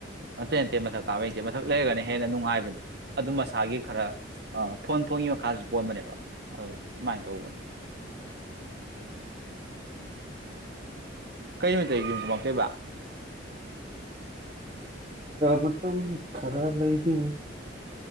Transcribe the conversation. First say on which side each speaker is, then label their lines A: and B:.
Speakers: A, on the right; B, on the right.
A: ꯑꯇꯩ ꯑꯇꯩ ꯃꯊꯛ ꯀꯥꯕꯩ ꯅꯇꯦ ꯃꯊꯛ ꯂꯩꯔꯒꯅ ꯍꯦꯟꯅ ꯅꯨꯡꯉꯥꯏꯕꯅꯦ ꯑꯗꯨ ꯃꯁꯥꯒꯤ ꯈꯔ ꯑ ꯐꯣꯟ ꯐꯣꯟꯒꯤ ꯃꯈꯥꯗꯁꯨ ꯄꯣꯟꯕꯅꯦꯕ ꯑꯗꯨ ꯑꯗꯨꯃꯥꯏꯅ ꯇꯧꯕꯅꯦ <unintelligible> ꯀꯩꯃꯤ ꯇꯔꯤꯒꯤꯨꯝ ꯀꯨꯝꯃꯛꯇꯣꯏꯕ
B: ꯃꯇꯝ ꯈꯔ ꯂꯩꯒꯦ